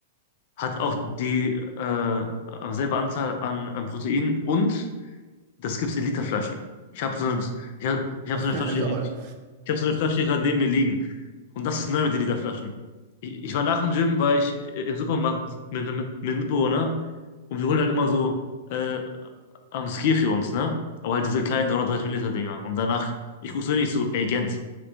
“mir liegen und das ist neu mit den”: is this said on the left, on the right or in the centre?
Left